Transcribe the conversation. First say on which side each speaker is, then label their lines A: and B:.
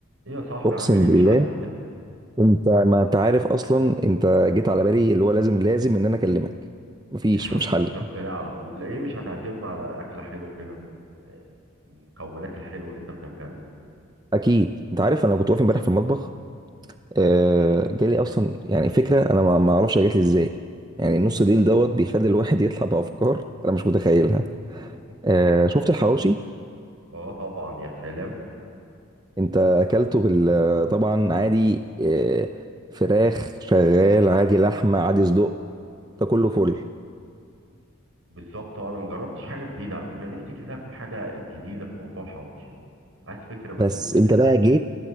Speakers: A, on the right; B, on the right.
A: ايه يا صاحبي
B: اقسم
A: عامل ايه
B: بالله
A: مش هت
B: انت ما انت عارف اصلا انت جيت على بالي اللي هو لازم لازم ان انا اكلمك مفيش
A: يا حبيبي
B: مفيش حل
A: انت في بالي على طول ليه مش هتعزمنا على اكله حلوه كده من من المكونات الحلوه اللي انت بتعملها لنا
B: اكيد انت عارف انا كنت واقف امبارح في المطبخ آه جالي اصلا يعني فكره انا ما ما اعرفش هي جات لي ازاي يعني النص ديل دوت بيخلي الواحد يطلع بافكار انا مش متخيلها
A: <laughs>
B: آه شفت الحواوشي
A: اه طبعا يا سلام
B: انت اكلته بال طبعا عادي آه فراخ شغال عادي لحمه عادي صدق ده كله فل
A: بالظبط انا ما جربتش حاجه جديده على فكره نفسي كده اكل حاجه جديده في موضوع الحواوشي ده عايز فكره مجنونه
B: بس
A: كده
B: انت بقى جيت